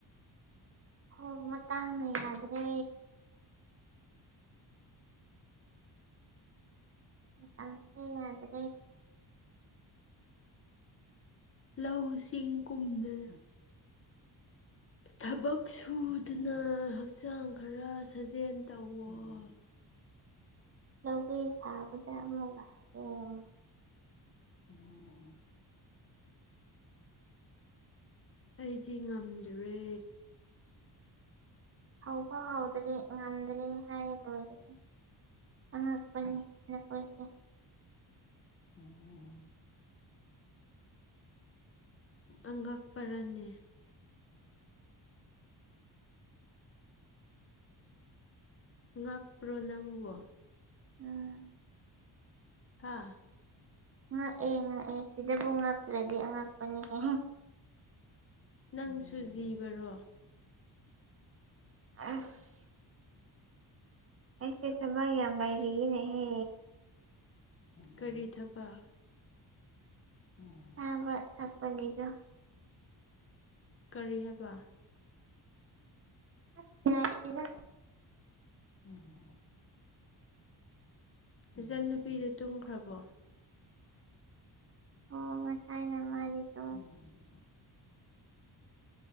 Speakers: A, on the right; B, on the left.
A: ꯍꯣ ꯃꯇꯥꯡꯅ ꯌꯥꯗ꯭ꯔꯦ ꯃꯇꯥꯡꯁ‍ꯦ ꯌꯥꯗ꯭ꯔꯦ
B: ꯂꯧꯁꯤꯡ ꯀꯨꯝꯗꯅ ꯊꯕꯛ ꯁꯨꯗꯨꯅ ꯍꯛꯆꯥꯡ ꯈꯔ ꯁꯥꯖꯦꯜ ꯇꯧꯑꯣ
A: ꯂꯧꯒꯩ ꯁꯥꯕꯗ ꯑꯃꯨꯛ <unintelligible>
B: ꯎꯝ ꯑꯩꯗꯤ ꯉꯝꯗ꯭ꯔꯦ
A: ꯍꯧꯐꯥꯎ ꯍꯧꯗꯔꯤ ꯉꯝꯗ꯭ꯔꯦ ꯍꯥꯏ ꯂꯣꯏꯔꯦ ꯑꯉꯛꯄꯅꯤ ꯅꯈꯣꯏꯁꯦ
B: <inaudible> ꯑꯉꯛꯄ꯭ꯔꯅꯦ ꯉꯛꯄ꯭ꯔꯣ ꯅꯪꯕꯣ
A: ꯑꯥ
B: ꯍꯥꯥ
A: ꯉꯛꯑꯦ ꯉꯛꯑꯦ ꯁꯤꯗꯕꯨ ꯉꯛꯇ꯭ꯔꯗꯤ ꯑꯉꯛꯄꯅꯦꯍꯦ
B: ꯅꯪꯁꯨ ꯖꯤꯕꯔꯣ
A: ꯑꯁ ꯑꯩꯁꯦ ꯊꯕꯛ ꯌꯥꯝ ꯂꯩꯥꯔꯤꯅꯦꯍꯦ
B: ꯀꯔꯤ ꯊꯕꯛ ꯎꯝ
A: ꯆꯥꯕ ꯊꯛꯄꯅꯤꯗꯣ
B: ꯀꯔꯤ ꯍꯥꯏꯕ
A: ꯑꯁ‌ ꯌꯥꯔꯦꯗ
B: ꯎꯝ ꯃꯆꯟꯅꯨꯄꯤꯗꯨ ꯇꯨꯝꯈ꯭ꯔꯕꯣ
A: ꯑꯣ ꯃꯁꯥꯏꯅ ꯃꯥꯗꯤ ꯇꯨꯝ
B: ꯎꯝ